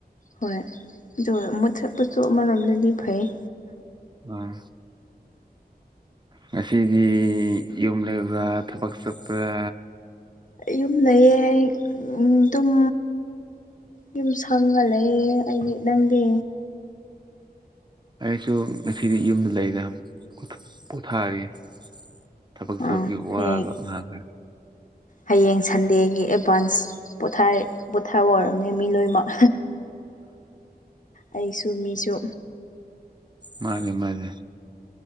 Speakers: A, on the left; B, on the right.
A: ꯍꯣꯏ ꯑ ꯃꯨꯊꯠꯄꯁꯨ ꯑꯃꯔꯣꯝꯗꯗꯤ ꯐꯩꯝ
B: ꯑꯥ ꯉꯁꯤꯗꯤ ꯌꯨꯝ ꯂꯩꯕ꯭ꯔꯥ ꯊꯕꯛ ꯆꯠꯄ꯭ꯔꯥ
A: ꯑꯩ ꯌꯨꯝ ꯂꯩꯌꯦ ꯑꯩ ꯎꯝ ꯇꯨꯝ ꯌꯨꯝ ꯁꯪꯉꯜꯂꯦ ꯑꯩꯗꯤ ꯅꯪꯗꯤ
B: ꯑꯩꯁꯨ ꯉꯁꯤꯗꯤ ꯌꯨꯝꯗ ꯂꯩꯗ ꯄꯨꯊꯥꫪꯤ꯫ ꯊꯕꯛ ꯆꯨꯕꯒꯤ
A: ꯑꯥ
B: ꯋꯥꯕ
A: ꯍꯌꯦꯡ
B: ꯉꯥꯡꯈ꯭ꯔ
A: ꯍꯌꯦꯡ ꯁꯟꯗꯦꯒꯤ ꯑꯦꯗꯚꯥꯟꯁ꯫ ꯄꯣꯊꯥꯏ- ꯄꯣꯊꯥꯕ ꯑꯣꯏꫪꯝꯅꯤ ꯃꯤ ꯂꯣꯏꯃꯛ ꯑꯩꯁꯨ ꯃꯤꯁꯨ
B: ꯃꯥꯅꯦ ꯃꯥꯅꯦꯦ